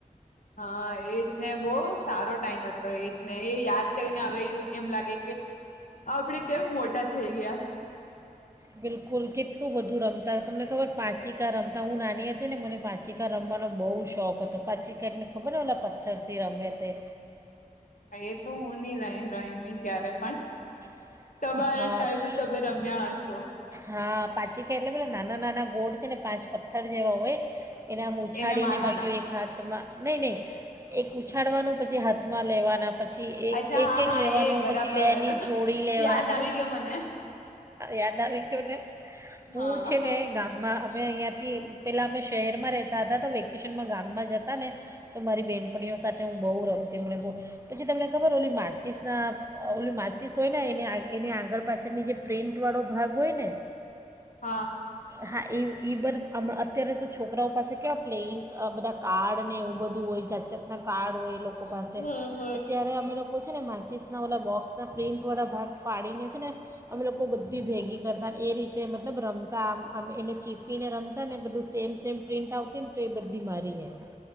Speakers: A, on the left; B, on the right.
A: હા, એજ ને બોવ સારો ટાઈમ હતો એજ ને એ યાદ કરીને હવે યુ એમ લાગે કે આપડે કેમ મોટા થઈ ગયા?
B: બિલકુલ કેટલું બધું રમતા. તમને ખબર પાંચિકા રમતા? હું નાની હતી ને મને પાંચિકા રમવાનો બહુ શોખ હતો. પાંચિકા એટલે ખબર ને ઓલા પથ્થરથી રમે તે.
A: એ તો હું ની લાય રયમી ક્યારે પણ.
B: હા. તમારા ટાઈમ તમે રમ્યા
A: તમારા ટાઈમે
B: હશો.
A: તમે રમ્યા હશો
B: હા, પાંચિકા એટલે બધા નાના નાના ગોળ છે ને પાંચ પથ્થર જે હો હોય. એને આમ ઉછાળીને
A: એને મારવાના
B: પાછું એક હાથ નહીં નહીં એક ઉછાળવાનું પછી હાથમાં લેવાના પછી એક-એક-એક
A: અચ્છા હા હા
B: લેવાનું
A: એ બરાબર
B: પછી બે ની જોડી વાની.
A: યાદ આવી ગયો મને
B: યાદ આવી ગયું મને. યાદ ના આવે <unintelligible> હું
A: હા
B: છે ને ગામમાં અમે અહીંયાથી પહેલાં અમે શહેરમાં રહેતા હતા તો વેકેશનમાં ગામમાં જતા ને તો મારી બેહેનપણીઓ સાથે હું બહુ રમતી. મને બહુ પછી તમને ખબર ઓલી માચીસ ના ઓલી માચીસ હોય ને એ એની આગળ પાછળની જે પ્રિન્ટ વાળો ભાગ હોય ને
A: હા
B: હા એ ઈ બર અત્યારે તો છોકરાઓ પાસે કેવા પ્લેઈંગ બધા કાર્ડ ને એવું બધું હોય, જાતજતના કાર્ડ હોય, એ લોકો કો પાસે.
A: હમ હમ
B: તો ત્યારે અમે લોકો ઉં છે ને માચીસ ના વોલા બોક્સના પ્રિન્ટ વાળા ભાગ ફાડીને છે ને અમે લોકો બધી ભેગી કરતાને એ રીતે મતલબ રમતા આમ આમ એને ચીપીને રમતા ને એને બધું સેમ સેમ પ્રિન્ટ આવતી ને તો એ બધી મારી એમ.